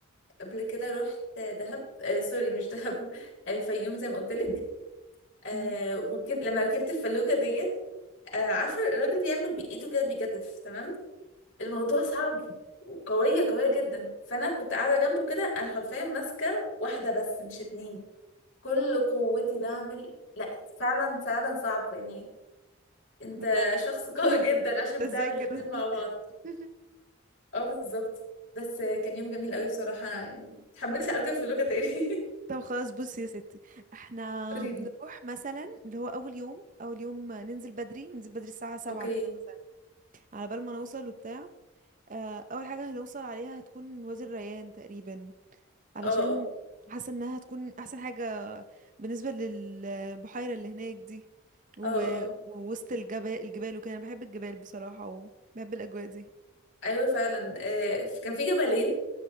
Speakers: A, on the left; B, on the right.
A: قبل كده رحت دهب آه سوري مش دهب <laughs> الفيوم زي ما قلت لك آه
B: مهم.
A: وكب... لما ركبت الفلوكه ديت آه عارفه الراجل بيعمل بايده كده بيجدف تمام الموضوع صعب وقويه قويه جدا فانا كنت قاعده جنبه كده انا حرفيا ماسكه واحده بس مش اتنين كل قوتي بعمل لا فعلا فعلا صعب يعني انت
B: لا
A: شخص
B: <laughs>
A: <laughs> قوي
B: انت
A: جدا عشان بتعمل
B: ازاي كده
A: الاتنين مع بعض
B: <laughs>
A: اه بالظبط بس كان يوم جميل قوي بصراحه يعني اتحمست اركب فلوكه تاني <laughs>
B: طب خلاص بصي يا ستي احنا
A: قوليلي
B: نروح مثلا اللي هو اول يوم اول يوم ننزل بدري ننزل بدري الساعة سبعة
A: اوكي
B: كده مثلا على بال ما نوصل وبتاع آه، اول حاجة هنوصل عليها هتكون وادي الريان تقريبا علشان
A: اه اه
B: حاسة انها هتكون احسن حاجة بالنسبة للبحيرة اللي هناك دي و...
A: اه اه
B: ووسط الجبال الجبال وكده انا بحب الجبال بصراحة وبحب الأجواء دي
A: ايوه فعلا آه كان في جبلين